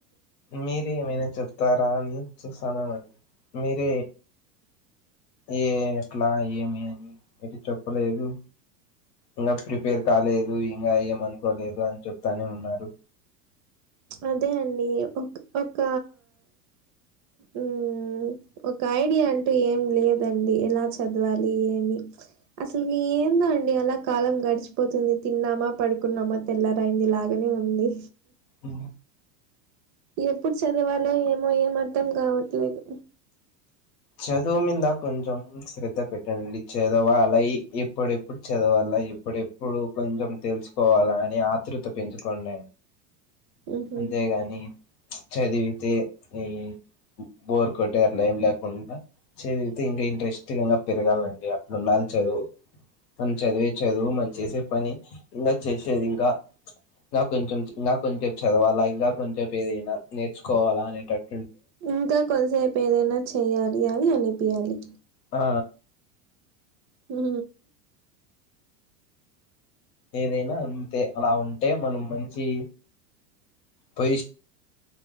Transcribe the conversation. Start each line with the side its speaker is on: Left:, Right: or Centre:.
Left: మీరే ఏమైనా చెప్తారా అని చూసాన్నామండి మీరే ఏ ఎట్లా ఏమి అని ఏది చెప్పలేదు ఇంకా ప్రిపేర్ కాలేదు ఇంకా అయ్యమనుకోలేదు అని చెప్తానే ఉన్నారు
Right: అదే అండి ఒక ఒక ఉ ఒక ఐడియా అంటూ ఏం లేదండి ఎలా చదవాలి ఏమి అసలుకి ఏంద అండి అలా కాలం గడిచిపోతుంది తిన్నామా, పడుకున్నామా, తెల్లరైంది, లాగనే ఉంది.
Left: ఉ
Right: ఎప్పుడు చదవాలో ఏమో అర్ధం కావట్లేదు
Left: చదువు మీద కొంచెం శ్రద్ధ పెట్టనండి చదవాలలాగ ఎప్పుడెప్పుడు చదవాల అలా ఇప్పుడెప్పుడు కొంచెం తెలుసుకోవాలా అని ఆతృత పెంచుకోండి
Right: హుహు.
Left: అంతేగాని చదివితే ఈ బోర్ కోట్టట్లే కుండా చదివితే ఇంకా ఇంట్రెస్టింగా పెరగాలండి అట్డు ఉండాలి చదువు మన చదివే చదువు మనం చేసే పని ఇంకా చేసేది ఇంకా ఇంక కొంచెం ఇంక కొంచెపు చదవాలా ఇంకా కొంచెం ప ఏదైనా నేర్చుకోవాలా అనేటట్టు
Right: ఇంకా కొంతసేపు ఏదైనా చెయాలి అని అనిపియాలి
Left: ఆ
Right: హు
Left: ఏదైనా అంతే అలా ఉంటే మనం మంచి పొజిష